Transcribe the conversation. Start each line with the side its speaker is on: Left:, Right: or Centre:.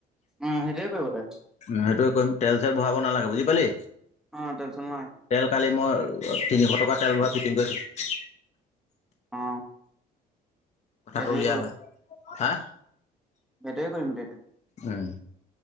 Centre: অ সেইটোয়ে কৰিব লাগে
Left: উম, সেইটোৱে কৰিম তেল চেল ভৰাব নালাগে বুজি পালি
Centre: অ তেনচন নাই
Left: তেল কালি মই তিনিশ টকা তেল ভৰা ফিটিং কৰি থৈ
Centre: অ
Left: কথাটো
Centre: সেইটোৱে
Left: উলিয়াবা হা
Centre: হেইটোয়ে কৰিম তে <unintelligible>
Left: উম